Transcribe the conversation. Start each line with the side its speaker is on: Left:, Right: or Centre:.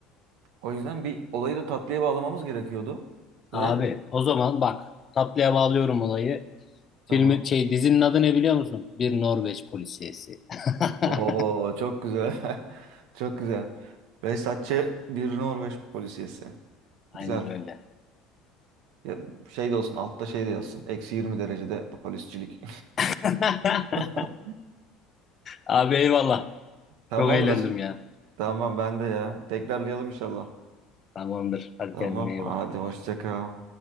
Right: o yüzden bir olayı da tatlıya bağlamamız gerekiyordu
Left: Abi
Right: ve
Left: o zaman bak tatlıya bağlıyorum olayı. Filmin
Right: tamam.
Left: şey dizinin adı ne biliyor musun? Bir Norveç polisiyesi. <laughs>
Right: Oo çok güzel. <laughs> Çok güzel. Behzatçı bir Norveç polisiyesi.
Left: Aynen
Right: Güzel.
Left: öyle.
Right: Ya şey de olsun altta şey de yazsın. Eksi 20 derecede polisçilik.
Left: <laughs>
Right: <laughs>
Left: Abi eyvallah.
Right: Tamamdır.
Left: Çok eğlendim ya.
Right: Tamam ben de ya. Tekrarlayalım inşallah.
Left: Tamamdır. Hadi
Right: Tamam.
Left: kendine iyi
Right: Hadi
Left: bak.
Right: hoşça kal.